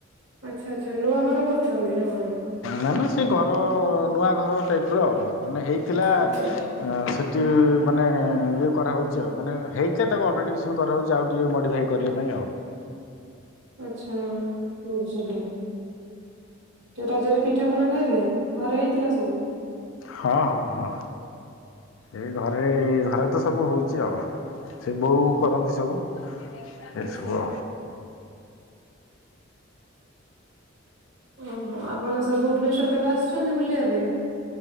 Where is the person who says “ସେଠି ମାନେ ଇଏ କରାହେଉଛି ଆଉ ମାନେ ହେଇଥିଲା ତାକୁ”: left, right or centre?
Left